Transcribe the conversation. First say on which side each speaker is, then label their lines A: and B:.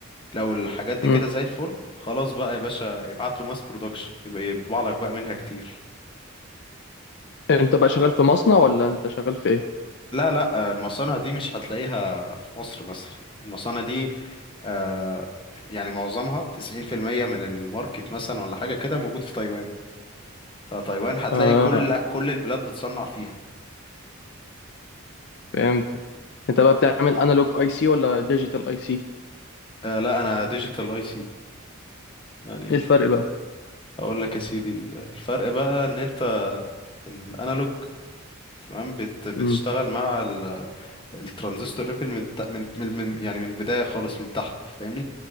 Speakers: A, on the left (about 25°); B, on the left (about 55°).
A: لو الحاجات دي
B: امم
A: كده زي الفل خلاص بقى يا باشا ابعت له ماس برودكشن يبقى يطبع لك بقى منها كتير
B: انت بقى شغال في مصنع ولا انت شغال في ايه؟
A: لا لا آه، المصانع دي مش هتلاقيها في مصر مثلا المصانع دي آه، يعني معظمها 90% من الماركت مثلا ولا حاجة كده موجود في تايوان فتايوان هتلاقي
B: اه
A: كل كل البلاد بتصنع فيها
B: فهمتك انت بقى بتعمل انالوج اي سي ولا ديجيتال اي سي؟
A: آه، لا انا ديجيتال اي سي يعني
B: ايه الفرق بقى؟
A: اقول لك يا سيدي ال- الفرق بقى ان انت الانالوج تمام بت بتشتغل
B: امم
A: مع ال- الترانزستور ليفل من, ت- من من من- يعني من البدايه خالص من تحت فاهمني